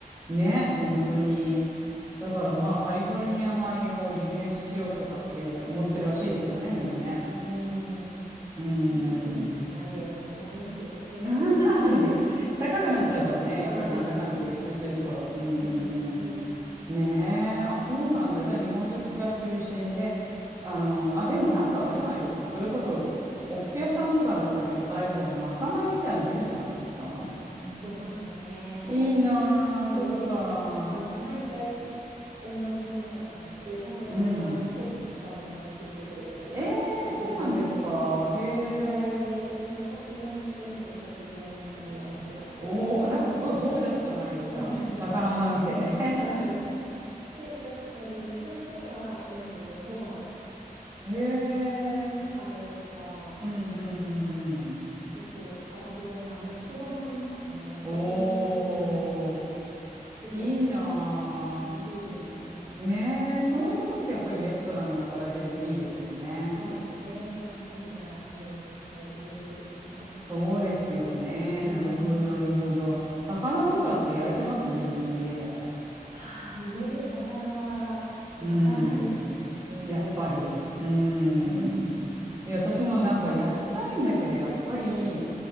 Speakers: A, on the right; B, on the right.
A: ね、本当に。だからまあカリフォルニア米を輸入しようとかって思ってるらしいですよね、みんなね。
B: うーん。うんね、
A: うーん。
B: 元も子もないような気はしますけどね、
A: <laughs>
B: 最初。<laughs>
A: げ高くなっちゃうからね。やっぱりなんだかんだで輸出すると。
B: うん。
A: うんう
B: 本当ですね。
A: んうん。ねえ。あ、そうなんだ。じゃあ日本食が中心で。あの、あ、でもなんかあれじゃないですか。それこそ、お寿司屋さんとかだったり働いてたら、まかないみたいなの出るんじゃないですか
B: まかない出ますね。
A: いいなあ、
B: しかも、
A: そっか。
B: あの、毎回同じものとかじゃなくて、ちゃんとオーナーが凝ったものを作ってくれたりとかするので、
A: うん。ええ、そうなんですか。へえ。
B: 日替わりで、そのポキ丼売ってるので、ポキ丼の盛り合わせだったりとか、
A: おお、なんかすごいゴージャスじゃないですか。
B: ゴージャスな
A: 魚なんて。
B: <laughs> はい。で、だったり、この間は、えっと、そば、
A: <laughs> へ
B: あとカレーとか、
A: え。うん、うん、うん、うん。
B: 結構幅広い、あ、焼きそばもありましたね。
A: おー、
B: 幅広に作ってくれるので、すごい
A: いいな
B: 美味しいですね。
A: ぁ。ねえ、そういうとこってやっぱりレストランで働いてるといいですよね。
B: そうですね。スタッフミールが出るとすごい嬉しいですね。
A: そうですよね。
B: うん。
A: なるほど、なるほど。魚とかって焼いてます自分の家で。
B: ああ、家で魚は焼かないですね。
A: うん。
B: そう言われると。
A: やっぱり。うん。
B: うん。
A: いや、私もなんか焼きたいんだけど、やっぱり